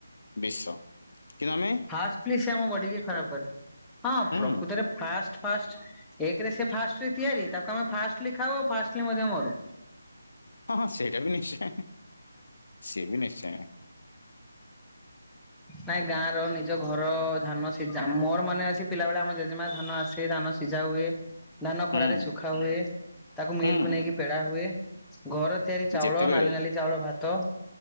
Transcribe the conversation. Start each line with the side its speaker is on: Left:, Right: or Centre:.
Left: ବିଶ କିନ୍ତୁଆମେ
Centre: ଫାଷ୍ଟଲି ସେ ଆମ ବଡି କି ଖରାପ କରେ ହଁ
Left: ହୁଁ
Centre: ପ୍ରକୃତରେ ଫାଷ୍ଟ ଫାଷ୍ଟ ଏକରେ ସେ ଫାଷ୍ଟରେ ତିଆରି ତାକୁ ଆମେ ଫାଷ୍ଟଲି ଖାଉ ଆଉ ଫାଷ୍ଟଲି ମଧ୍ୟ ମରୁ। <inaudible>
Left: ହଁ ହଁଁ ସେଇଟା ବି ନିଶ୍ଚୟ ସିଏ ବି ନିଶ୍ଚୟ।
Centre: ନାଇଁ ଗାଁ ନିଜ ଘର ଧାନ ସିଝା ମୋର ମନେ ଅଛି ପିଲାବେଳେ ଆମର ଜେଜେମା ଧାନ ଆସେ ଧାନ ସିଝା ହୁଏ। ଧାନ ଖରାରେ
Left: ହୁଁ।
Centre: ଶୁଖା ହୁଏ। ତାକୁ ମିଲକୁ
Left: ହୁଁ
Centre: ନେଇକି ପେଡା ହୁଏ, ଘର ତିଆରି ଚାଉଳ
Left: ଯେତେବେଳେ
Centre: ନାଲି ନାଲି ଚାଉଳ ଭାତ।